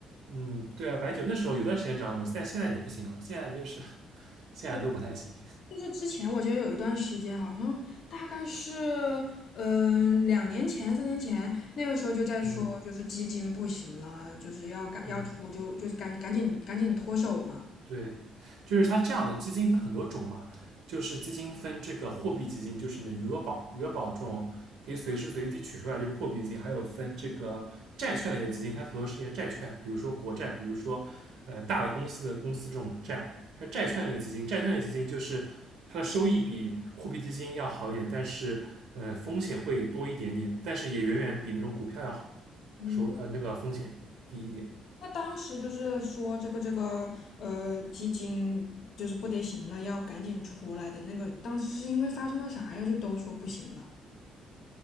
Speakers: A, on the right; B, on the left.
A: 嗯，对啊，白酒那时候有段时间涨了，现在现在也不行了，现在就是 <laughs> 现在都不太行。
B: 对，就是之前我记得有一段时间，好像大概是嗯、两年前、三年前，那个时候就在说，
A: 嗯
B: 就是基金不行了，就是要赶要出就就是赶赶紧赶紧脱手嘛。
A: 嗯。对，就是它这样的基金分很多种嘛，就是基金分这个货币基金，就是你的余额宝，余额宝这种可以随时随地取出来，就是货币基金，还有分这个债券类的基金，它投的是一些债券，比如说国债，比如说呃大的公司的公司这种债，它是债券类的基金，债券类基金就是它的收益比货币基金要好一点，但是呃风险会多一点点，但是也远远比那种股票要好，
B: 嗯，
A: 收呃那个风险低一点。
B: 那当时就是说这个这个呃基金就是不得行了，要赶紧出来的那个，当时是因为发生了啥呀？就都说不行了。